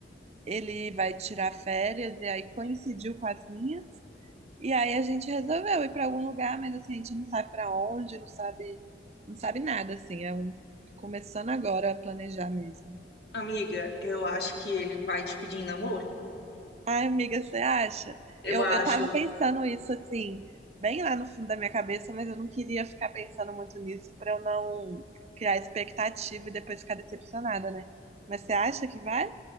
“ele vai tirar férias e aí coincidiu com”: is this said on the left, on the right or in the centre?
Right